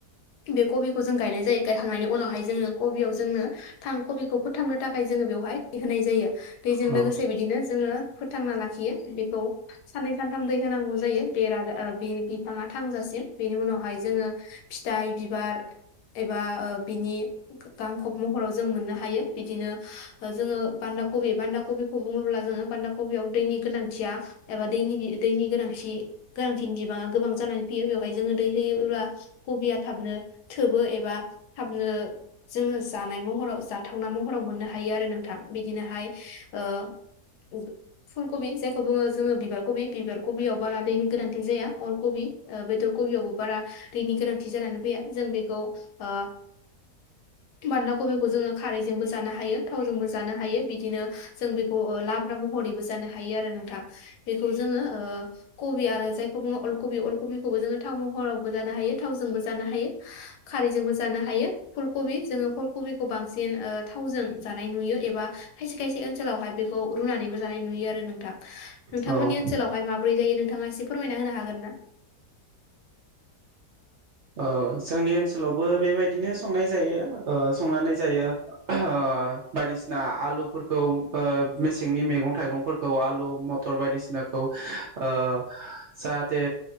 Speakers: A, on the left (about 80°); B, on the right (about 70°).
A: बे कबिखौ जों गायनाय जायो गायखांनायनि उनावहाय जोङो कबियाव जोंनो थां कबिखौ फोथांनो थाखाय थाखाय जोङो बेवहाय दै होनाय जायो दैजों
B: औ
A: लोगोसे बिदिनो जोङो फोथांना लाखियो बेखौ साननै सानथाम दै होनांगौ जायो बेरा ओ बे बिफाङा थांजासिम बेनि उनावहाय जोङो फिथाइ बिबार एबा बिनि गांखब महराव जों मोननो हायो बिदिनो जोङो बान्दा कबि बान्दा कबिखौ बुङोब्ला जोङो बान्दा कबियाव दैनि गोनांथिया एबा दैनि दैनि गोनांथि गोनांथिनि बिबाङा गोबां जानानै फैयो बेवहाय जोङो दै होयोब्ला कबिया थाबनो थोबो एबा थाबनो जोङो जानाय महराव जाथावना महराव मोननो हायो। हायो आरो नोंथां बिदिनोहाय ओ फुल कबि जायखौ बुङो जोङो बिबार कबि बिबार कबियाव बारा दैनि गोनांथि जाया अल ओ कबि बेदर कबियावबो बारा दैनि गोनांथि जानानै फैया जों बेखौ ओ बान्दा कबिखौ जोङो खारैजोंबो जानो हायो। थावजोंबो जानो हायो बिदिनो जों बेखौ ओ लाब्रा महरैबो जानो हायो आरो नोंथां बेखौ जोङो ओ कबि आरो जायखौ बुङो अलकबि अलकबिखौबो जोङो थाव महरावबो जानो हायो थावजोंबो जानो हायो खारैजोंबो जानो हायो फुलकबि जोङो फुल कबिखौ बांसिन थावजों जानाय नुयो एबा खायसे खायसे ओनसोलावहाय बेखौ रुनानैबो जानाय नुयो आरो नोंथां। नोंथांमोननि
B: औ औ
A: ओनसोलावहाय माब ब्रै जायो नोंथाङा एसे फोरमायना होनो हागोन ना
B: जोंनि ओनसोलावबो बेबायदिनो संनाय जायो ओ संनानै जायो ओ बायदिसिना आलुफोरखौ ओ मेसेंनि मैगं थाइगंफोरखौ आलु मथर बायदिसिनाखौ ओ जाहाथे